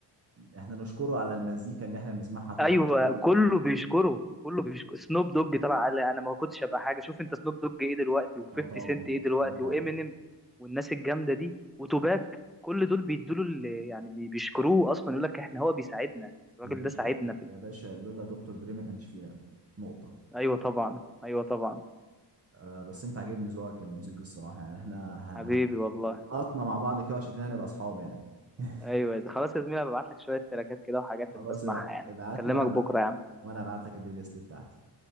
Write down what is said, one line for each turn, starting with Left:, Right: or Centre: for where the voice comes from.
Right: احنا نشكره على المزيكا اللي احنا بنسمعها طول
Centre: ايوه
Right: حياتنا دي
Centre: كله بيشكره كله بيشكر سنوب دوج طلع قال انا ما كنتش ابقى حاجه شوف انت سنوب دوج ايه دلوقتي و50
Right: اه طبعا
Centre: سنت ايه دلوقتي
Right: اه طبعا
Centre: وامينيم والناس الجامده دي وتوباك كل دول بيدوا له يعني بي- بيشكروه اصلا يقول لك احنا هو بيساعدنا الراجل
Right: يا باشا
Centre: ده ساعدنا في ال...
Right: يا باشا لولا دكتور دري ما كانش فيه راب نقطة
Centre: ايوه طبعا ايوه طبعا
Right: آه بس انت عاجبني ذوقك الموسيقي الصراحة يعني احنا ه-
Centre: حبيبي
Right: ه-
Centre: والله
Right: لقطنا مع بعض كده وشكلنا هنبقى اصحاب يعني <laughs>
Centre: ايوه يا زلمة. خلاص يا زميلي ببعت لك شويه تراكات كده وحاجات
Right: خلاص
Centre: بسمعها
Right: ابع-
Centre: يعني
Right: ابعت
Centre: اكلمك
Right: لي وانا
Centre: بكره
Right: بقى
Centre: يا عم
Right: وانا ابعت لك البلاي ليست بتاعتي